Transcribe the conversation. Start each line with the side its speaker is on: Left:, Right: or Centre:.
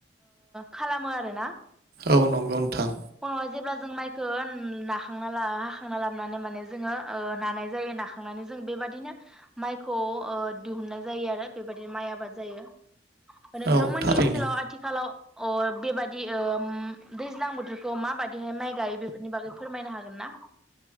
Centre: खालामो आरो ना।
Right: औ नंगौ नोंथां।
Centre: उनावहाय जेब्ला जों माइखौ नाखांना लाना हाखांना लाबोनानै माने जोंङो नानाय जायो नाखांनानै जों बेबदिनो माइखौ दिहुननाय जायो आरो बेबायदिनो माइ आबाद जायो। नोंथांमोननि
Right: औ थारैनो
Centre: ओनसोलाव आथिखालाव। अ बेबादि दैज्लां बोथोर। माबादिहाय माइ गायो बेफोरनि बागै फोरमायनो हागोन ना।